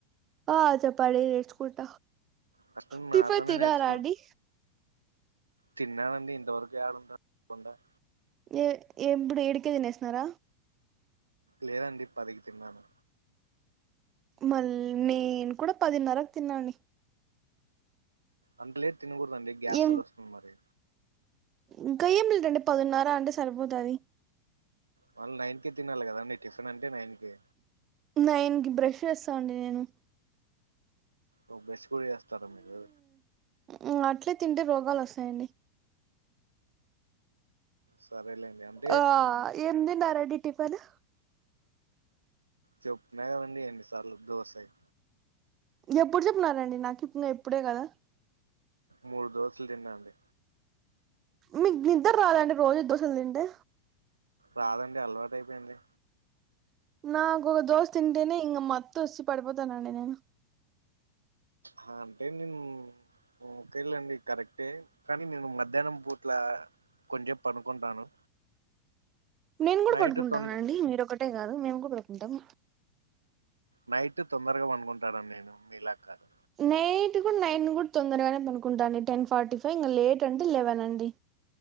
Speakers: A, on the right (about 30°); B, on the right (about 80°).
A: ఆ చెప్పండి నేర్చుకుంట
B: ఫస్ట్
A: టిఫన్
B: నాతోనే
A: తిన్నారా
B: నేర్చుకోండి
A: అండి
B: తిన్నానండి ఇంతవరకు యాడుంట ఉండను
A: ఏ ఎప్పుడు ఏడుకే తినేసినార
B: లేదండి పదికి తిన్నాను
A: మళ్ళీ నేను కూడా పదిన్నరకు తిన్నాండి
B: అంత లేటు తినకూడదండి గ్యాస్ట్రాల్
A: ఏం
B: వస్తుంది మరి
A: ఇంకా ఏం <inaudible> పదిన్నార అంటే సరిపోతది
B: వాళ్ళు నైన్ కి తినాలి కదండి టిఫిన్ అంటే నైన్ కి
A: నైన్కి బ్రష్ చేస్తాండి నేను
B: ఓ బ్రష్ కూడా చేేస్తారా మీరు
A: మ్మ్ అట్లే తింటే రోగాలు వస్తాయండి
B: సరేలేండి అమ్
A: ఆ ఏమితిన్నారు అండి టిఫెను
B: చెప్న్నా కదండి ఎన్నిసార్లు దోసయి
A: ఎప్పుడు చెప్పినారండి నాకు ఇప్నే ఇప్పుడే గదా
B: మూడు దోసలు తిన్నాండి
A: మీకు నిద్రరాదండి రోజు దోసలు తింటే
B: రాదండి అలవాటయిపోయింది
A: నాకు ఒక దోస్ తింటేనే ఇంగ మత్తు వచ్చి పడిపోతానండి నేను
B: ఆ అంటే నేన్ ఓకెలెండి కరెక్టే కని నేను మధ్యాహ్నం పూట్ల కొంచేపు పనుకుంటాను
A: నేన్గుడ
B: నైట్
A: పడుకుంటాంనండి
B: తొంద
A: మీరొకటే గాదు మేము గుడ్ పడుకుంటం
B: నైట్ తొందరగ వండుకున్కుంటాన నేను మీలాక్ కాదు
A: నైట్ గుడ నైన్ గుడ తొందరగనె పనుకుంటాన్ టెన్ ఫార్టీ ఫైవ ఇంగ లేట్ అంటె లెవన్ అండి